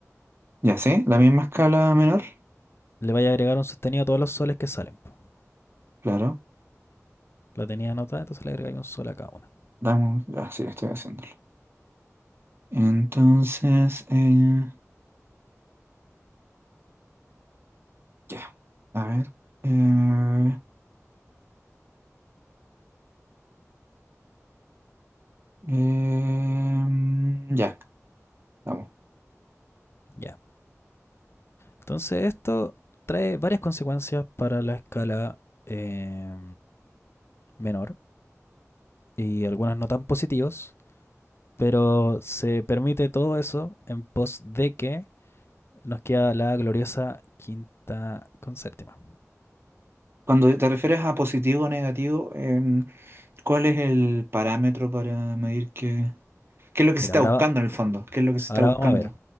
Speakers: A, on the right; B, on the left.
A: Ya, ¿sí? La misma escala menor.
B: le vaya a agregar un sostenido a todos los soles que salen. po.
A: Claro.
B: La tenía anotada, entonces le agregáis un sol a cada una.
A: Dame un... Ah, sí, estoy haciéndolo. Entonces, eh, Ya. A ver. eh, em, ya, vamos.
B: Ya. Entonces esto trae varias consecuencias para la escala eh, menor y algunas no tan positivas, pero se permite todo eso en pos de que nos queda la gloriosa quinta con séptima.
A: Cuando te refieres a positivo o negativo, em, ¿cuál es el parámetro para medir qué, qué es lo que
B: Mira,
A: se está
B: ahora,
A: buscando en el fondo? ¿Qué es lo que se está
B: ahora
A: buscando?
B: vamos a ver,